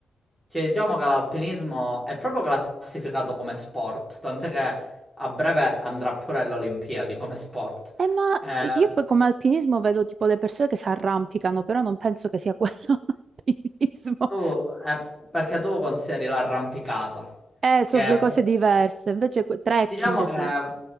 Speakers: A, in the centre; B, on the right.
A: Cioè, diciamo che l'alpinismo è proprio classificato come sport, tant'è che a breve andrà pure alle Olimpiadi come sport.
B: Eh, ma
A: Eh,
B: io poi come alpinismo vedo tipo le persone che si arrampicano, però non penso che sia quello <laughs> l'alpinismo.
A: tu- eh, perché tu consideri l'arrampicata,
B: Eh, sono
A: che
B: due cose
A: può-
B: diverse, invece que- trekking
A: Diciamo che
B: tipo.
A: eh,